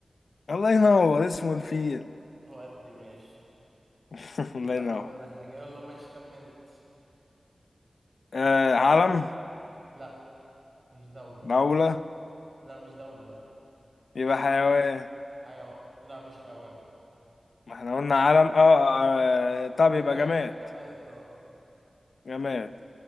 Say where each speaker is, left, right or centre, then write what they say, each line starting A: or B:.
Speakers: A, on the left; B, on the right.
A: الله ينور اسمه الفيل
B: هو قد ماشي
A: <laughs> الله
B: خمن
A: ينور
B: انا حاجة يلا ماشي خمنت
A: آه علم
B: لا مش دولة
A: دولة
B: لا مش دولة لا
A: يبقى حيوان
B: حيوان لا مش حيوان
A: ما احنا قلنا علم اه, آه آه، طب
B: وجماد
A: يبقى جماد
B: في جماد اه
A: جماد